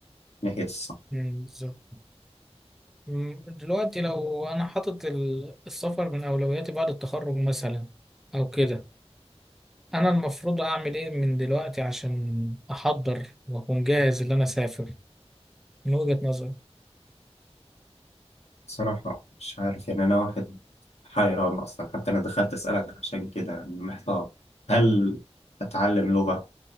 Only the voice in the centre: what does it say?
أمم. بالظبط أمم. دلوقتي لو انا حاطط ال- السفر من اولوياتي بعد التخرج مثلا او كده انا المفروض اعمل ايه من دلوقتي عشان احضر واكون جاهز اللي انا اسافر من وجهة نظري